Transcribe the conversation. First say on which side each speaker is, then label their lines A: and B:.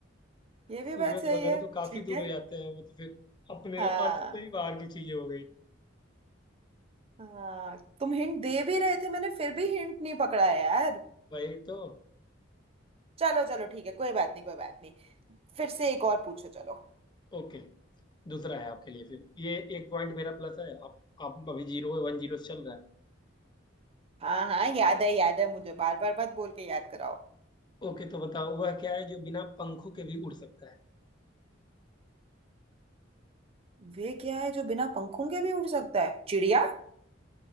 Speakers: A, on the right; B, on the left.
A: ये भी
B: सूरज
A: बात सही
B: वगैरह
A: है
B: तो काफी
A: ठीक
B: दूर
A: है
B: हो जाते हैं वो तो फिर अपने
A: हाँ
B: अर्थ से ही बाहर की चीजें हो गई
A: हाँ तुम हिंट दे भी रहे थे मैंने फिर भी हिंट नहीं पकड़ा है यार
B: वही तो
A: चलो चलो ठीक है कोई बात नहीं कोई बात नहीं फिर से एक और पूछो चलो
B: ओके दूसरा है आपके लिए फिर ये एक पॉइंट मेरा प्लस है आप आप अभी जीरो है, वन जीरो से चल रहा है
A: हाँ हाँ याद है याद है मुझे बार बार मत बोल के याद कराओ
B: ओके तो बताओ वह क्या है जो बिना पंखों के भी उड़ सकता है
A: वे क्या है जो बिना पंखों के भी उड़ सकता है चिड़िया